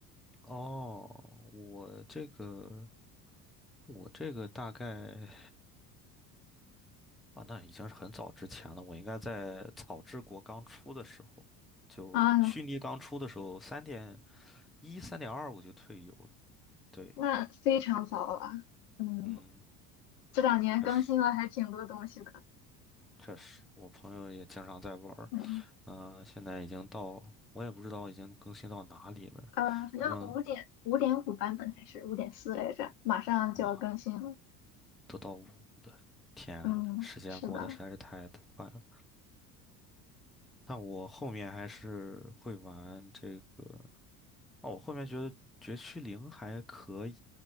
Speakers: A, in the centre; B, on the left (about 80°).
A: 哦，我这个我这个大概。啊，那已经是很早之前了。我应该在草之国刚出的时候，就虚拟刚出的时候，
B: 啊，
A: 三点一、三点二我就退游了。对，
B: 那非常早了。嗯，
A: 嗯，
B: 这两年更新了还挺多东西的。
A: 确实确实，我朋友也经常在玩儿。
B: 嗯，
A: 嗯、现在已经到，我也不知道已经更新到哪里了，
B: 呃，好像五点五点五版本还是五点四来着，
A: 反正
B: 马上就要更新了。
A: 啊，都到五了。天呐时间过得实在是太太快了。
B: 嗯，是的。
A: 但我后面还是会玩这个。哦，我后面觉得绝区零还可以，